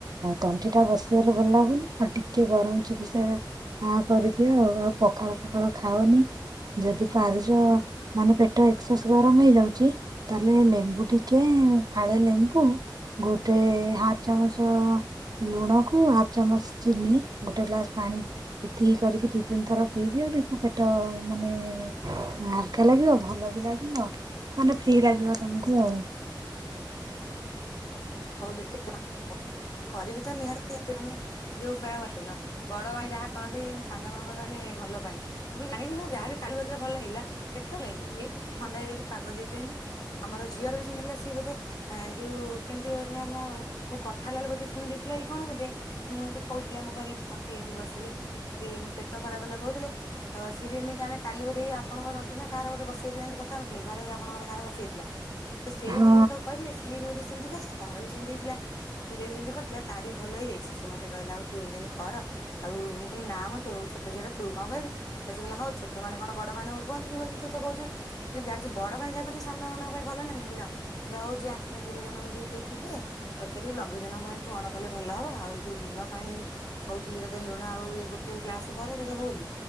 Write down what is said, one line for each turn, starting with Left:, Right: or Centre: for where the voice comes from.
Right: ଆଉ ତଣ୍ଟି ଟା ବସିଗଲେ ଭଲ ଲାଗୁନି ଆଉ ଟିକେ ଗରମ ଚିକିତ୍ସା କରିଦିଅ ଆଉ, ଆଉ ପଖା ପଖାଳ ଫଖାଳ ଖାଅନି ଯଦି ପାରୁ <unintelligible> ମାନେ ପେଟ ଏକ୍ସଏସ୍ ଗରମ ହେଇଯାଉଛି ତାହାଲେ ଲେମ୍ବୁ ଟିକେ ଫାଳେ ଲେମ୍ କୁ ଗୋଟେ ହାପ୍ ଚାମଚ। ଲୁଣକୁ ହାଫ୍ ଚାମଚ ଚିନି ଗୋଟେ ଗ୍ଲାସ ପାଣି ଏତିକି କରିକି ଦି ତିନି ଥର ପିଇଦିଅ ଦେଖିବୁ ପେଟ ମାନେ ହାଲକା ଲାଗିବ ଭଲ ବି ଲାଗିବ ମାନେ ଫ୍ରି ଲାଗିବ ତମକୁ ଆଉ।
Left: ହଉ ଦେଖିବା <unintelligible> କରିବି ତ ନିହାତି ମାନେ ଯୋଉ ଉପାୟ ବତେଇଲ ବଡ ମାନେ ଯାହା କହନ୍ତି ସାନ <unintelligible> ଙ୍କର ମାନେ ଭଲ ପାଇଁ ମୁଁ ବି ଜାଣିଛି ଯାହା ବି କାଢଲେ ଭଲ ଲାଗିଲା ପେଟ ଇ ଟିକେ ଥଣ୍ଡା ହେଇଯାଇଛି ପାଗ ଦେଇଥାିଅନ୍ତି ଆମର ଝିଅର ବି ସେନ୍ତି ହେଲା ସିଏ ବୋଧେ ଯୋଉ କେମିତି ବୋଧେ ଆମ ମୁଁ କଥା ହେଲାବେଳେ ବୋଧେ ଶୁଣି ଦେଇଥିଲା କି କଣ ବୋଧେ ମୁଁ ଏଯୋଉ କହୁଥିଲି ଆମ ଘରେ ମୋ ତଣ୍ଟି ବସିଲେ ସିଏ ଏମିତି ପେଟ ଖରାପ ହେଲା କହୁଥିଲେ, ତ ସିଏ ବି ଏମିତି ଆମେ କାଲି ବଧେଇ ଆପଣଙ୍କ ତଣ୍ଟି ନା କାହା କାହା ଗୋଟେ ବସି ଯାଇଥିଲା ଏମତି କଥା ହଉ ନଥିଲେ ଘରେ ଆପଣଙ୍କର କାହାର ବସି ଯାଇଥିଲା, ତ ସେମତି
Right: ହଁ
Left: ମୁଁ ତାକୁ କହିଲି ସିଏ ବି ବୋଧେ ସ ସେମତି କରିଛି ତାର ବି ସେମତି ହେଇଥିଲା ତା ଜେଜେ ଯେମତି କରିଥିଲା ତାର ବି ଭଲ ହେଇଯାଇଛି ସେ ମତେ କହିଲା ଆଉ ତୁ ଏମତି ଏମତି କର ଆଉ ମୁଁ କହିଲି ନା ମଁ ତୁ ଛୋଟ ଝିଅଟା ତୁ କଣ କହିବୁ ସେ କହିଲା ହଉ ଛୋଟ ମାନେ କଣ ବଡ ମାନଙ୍କୁ କୁହନ୍ତିନି ବୋଲି ହେଲେ ତୁ ତ କହୁଛୁ ଜାଣିଛୁ ବଡ ମାନେ ଯାହା କୁହନ୍ତି ସାନ ମାନଙ୍କ ପାଇଁ ଭଲ ନା ନାଇଁ <unintelligible> ହଉ ଯା ଗୁରୁଜନ ବୋଲି କିଏ ଥିବେ ପଚାରିବୁ ଲଘୁଜନଙ୍କ ପାଇଁ କଣ କଲେ ଭଲ ହବ, ଆଉ ଏଇ ଯୋଉ ଲୁଣ ପାଣି ହଉଥିଲି ତତେ ଲୁଣ ଆଉ ଇଏ ଗୋଟେ ଗ୍ଲାସ କର ତୋତେ ହଉନି